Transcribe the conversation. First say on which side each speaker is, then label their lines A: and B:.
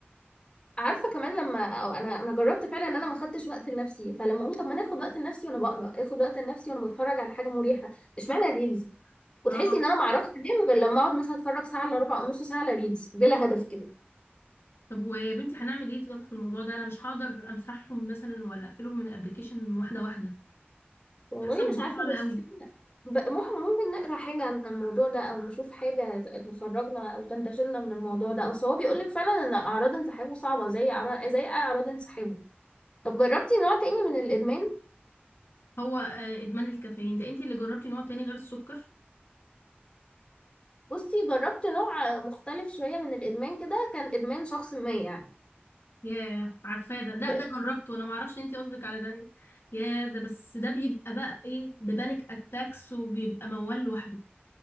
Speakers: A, on the left (about 25°); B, on the left (about 75°).
A: عارفه كمان لما أو انا انا جربت فعلا ان انا ما خدتش وقت لنفسي فلما قلت طب ما انا اخد وقت لنفسي وانا بقرا اخد وقت لنفسي وانا بتفرج على حاجه مريحه اشمعنى الريلز وتحسي
B: اه
A: ان انا ما اعرفش انام غير لما اقعد مثلا اتفرج ساعه الا ربع او نص ساعه على ريلز بلا هدف كده
B: طب ويا بنتي هنعمل ايه طب في الموضوع ده انا مش هقدر امسحهم مثلا ولا اقفلهم من الابليكيشن واحده واحده
A: والله
B: حاسه الموضوع
A: مش عارفه
B: صعب
A: بس
B: قوي
A: ب- مح- ممكن نقرا حاجه عن الموضوع ده او نشوف حاجه ت- تخرجنا او تنتشلنا من الموضوع ده اصل هو بيقول لك فعلا ان اعراض انسحابه صعبه زي أعراض زي اعراض انسحاب طب جربتي نوع تاني من الادمان
B: هو آه، ادمان الكافيين ده انتي اللي جربتي نوع تاني غير السكر
A: بصي جربت نوع مختلف شوية من الإدمان كده كان إدمان شخص ما يعني
B: ياه عارفاه ده ده
A: ب-
B: ده جربته انا ما اعرفش انتي قصدك على ده يا ده بس ده بيبقى بقى ايه ببانيك اتاكس وبيبقى موال لوحده